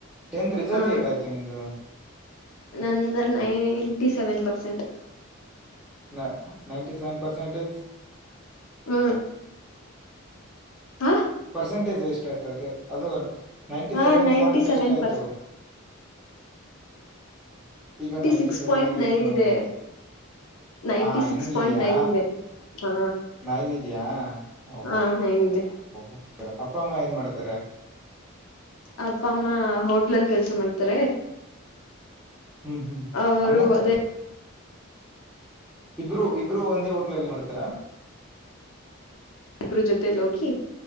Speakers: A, in the centre; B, on the left.
A: ಟೆಂತ್ ರಿಸಲ್ಟ್
B: ಹ
A: ಏಟ್ ಆಯ್ತು ನಿಂದು
B: ನಂದ ನೈಂಟಿ ಸೆವೆನ್ ಪರ್ಸೆಂಟ್
A: ನ ನೈಂಟಿ ಸೆವೆನ್ ಪರ್ಸೆಂಟೇಜ್
B: ಹ್ಮ ಹ
A: ಪರ್ಸೆಂಟೇಜ್ ಎಷ್ಟ ಆಯ್ತದು ಅದು ನೈಂಟಿ
B: ಹ
A: ಸೆವೆನ್
B: ನೈಂಟಿ
A: ಪಾಯಿಂಟ್
B: ಸೆವೆನ್
A: ಎಷ್ಟಾಯಿತು
B: ಪರ್ಸೆಂಟ್
A: ಈಗ ನೈಂಟಿ
B: ಸಿಕ್ಸ್
A: ಸೆವೆನ್
B: ಪಾಯಿಂಟ್
A: ಆಗೇತ್
B: ನೈನ್
A: ನೋಡ
B: ಇದೆ ನೈಂಟಿ
A: ಹಾ
B: ಸಿಕ್ಸ್
A: ಹಿಂಗಿದ್ಯಾ
B: ಪಾಯಿಂಟ್ ನೈನ್ ಇದೆ ಹ
A: ನೈನದ್ಯಾ ಓಹೋ
B: ಹ ನೈನ್ ಇದೆ
A: ಓ ಸರಿ ಅಪ್ಪ ಅಮ್ಮ ಏನ್ ಮಾಡತಾರೆ.
B: ಅಪ್ಪ ಅಮ್ಮ ಹೋಟ್ಲಲ್ ಕೆಲ್ಸ ಮಾಡ್ತಾರೆ.
A: ಹ್ಮ್ ಹ್ಮ್
B: ಅವರು
A: ಅಮ್ಮ
B: ಅದೇ
A: ಇಬ್ರು ಇಬ್ರು ಒಂದೇ ಹೋಟ್ಲಲ್ಲಿ ಮಾಡ್ತಾರಾ
B: ಇಬ್ರ ಜೊತೇಲಿ ಹೋಗಿ